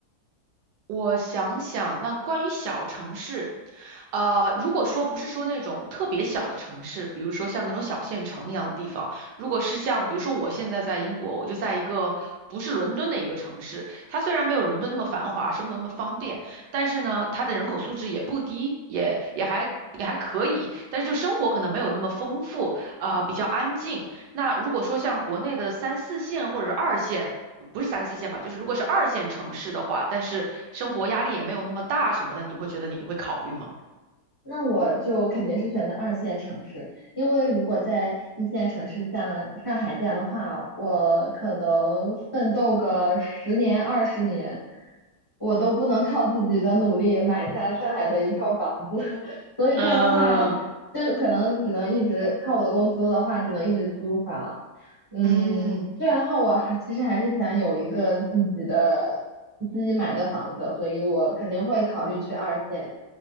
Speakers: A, on the right; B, on the left.
A: 我想想，那关于小城市，呃，如果说不是说那种特别小的城市，比如说像那种小县城一样的地方，如果是像比如说我现在在英国，我就在一个不是伦敦的一个城市，它虽然没有伦敦那么繁华，生活那么方便，但是呢，它的人口素质也不低，也也还也还可以，但是就生活可能没有那么丰富，啊、比较安静。那如果说像国内的三四线或者是二线，不是三四线吧，就是如果是二线城市的话，但是生活压力也没有那么大什么的，你会觉得你会考虑吗？
B: 那我就肯定是选择二线城市，因为如果在一线城市像上海这样的话，我可能奋斗个十年二十年，我都不能靠自己的努力买下上海的一套房子，<laughs> 所以这样的话，
A: 嗯
B: 就可能只能一直靠我的工资的话，只能一直租房。嗯，
A: 嗯
B: 这样的话，我还其实还是想有一个自己的自己买的房子，所以我肯定会考虑去二线，